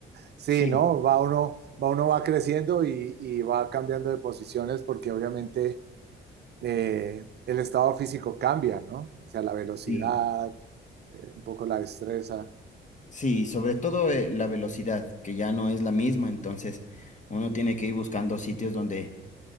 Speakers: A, on the right; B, on the left.
A: Sí,
B: Sí.
A: ¿no? Va uno, va uno va creciendo y, y va cambiando de posiciones porque obviamente eh, el estado físico cambia, ¿no? O sea, la velocidad,
B: Sí,
A: eh, un poco la destreza.
B: sí, sobre todo eh, la velocidad, que ya no es la misma, entonces uno tiene que ir buscando sitios donde